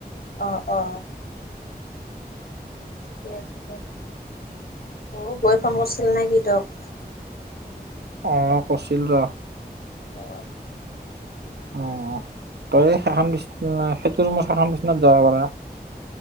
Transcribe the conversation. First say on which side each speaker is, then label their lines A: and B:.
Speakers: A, on the left (about 65°); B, on the right (about 85°).
A: আহ অ ঠিকে আছে দে অ বৈ ফোন কৰিছিল নেকি তক?
B: অ কছিল ৰ
A: অ
B: অ তই সেইখন বিনা সেইটো ৰুমত সেইখন বিচনাত যাব পাৰা